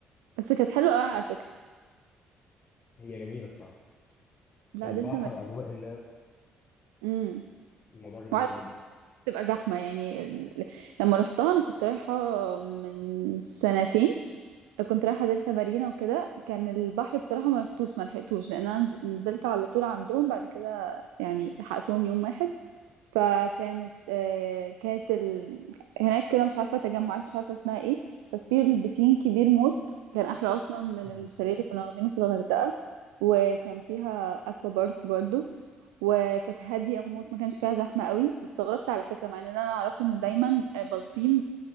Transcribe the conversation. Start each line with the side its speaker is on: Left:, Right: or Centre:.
Right: بس كانت حلوه قوي على فكره
Left: هي جميله الصراحه
Right: لا
Left: البحر
Right: دلتا مارينا
Left: اجواء الناس
Right: امم
Left: الموضوع جميل
Right: وعلى
Left: جدا
Right: فكره
Left: بصراحه
Right: بتبقى زحمه يعني ال- لما رحتها انا كنت رايحه من سنتين كنت رايحة دلتا مارينا وكده كان البحر بصراحة ما رحتوش ما لحقتوش لأن أنا نز- نزلت على طول عندهم بعد كده يعني لحقتهم يوم واحد فكانت آه، كانت ال... هناك كده مش عارفة تجمعات مش عارفة اسمها ايه بس في البسين كبير موت كان أحلى أصلا من
Left: مهم.
Right: الشاليه اللي كنا واخدينه في الغردقة وكان فيها أكوا بارك برضو وكانت هادية موت ما كانش فيها زحمة قوي واستغربت على فكرة مع ان انا اعرفه ان دايما آه، بلطيم